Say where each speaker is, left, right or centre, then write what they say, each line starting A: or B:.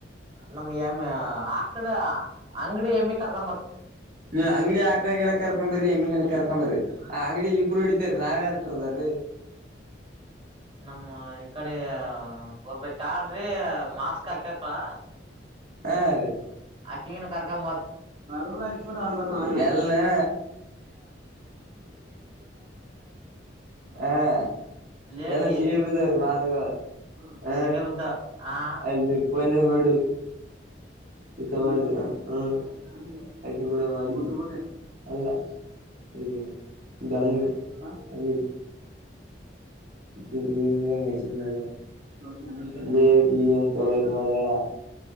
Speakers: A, on the right (about 30°); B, on the right (about 50°).
A: ನಮ್ ಎಮ್ ಆಕಡ ಅಂಗಡಿ ಕತ
B: ನೀವ್ ಅಂಗಡಿ ಆಕಳಗನ ಕರ್ಕ್ಂಬರಿ ಎಮ್ಮಿಗನ ಕರ್ಕೊಂಬರ್ರಿ ಆ ಅಂಗಡಿಗೆ ಇಬ್ಬರು ಹೊಡಿತರಿ ನಾವೇಟರ್ದ್ರೀ
A: <inaudible> ನಮ್ಮ ಈ ಕಡೆ ಒಬ್ಬಕಿ ಆಳ್ರೀ ಮಾಸ್ಕ್ ಹಾಕ <unintelligible>
B: ಹಾ ರೀ
A: ಆಕ್ಕಿಗುನು ಕರ್ಕಂಬ
B: <unintelligible> ಎಲ್ಲಾ <unintelligible>
A: ಲೇಗಿ
B: ಎಲ್ಲ ಸಿಗಬಿದ್ದಾವ್ರೀ ಮಾತುಗಳು ಹ
A: ಸಿಗಬಿದ್ದ ಆ
B: ಅಲ್ಲಿ ಫೋನ್ಯಾಗ ನೋಡಿವಿ <unintelligible> <unintelligible> ಅಂಗಡಿ ಇ ವೀನು ಎಂಗಚ ಮ <unintelligible> ಹೇಗಿ ಅಂತ ಲೇಟ್ ಮಾಡಬೇಡ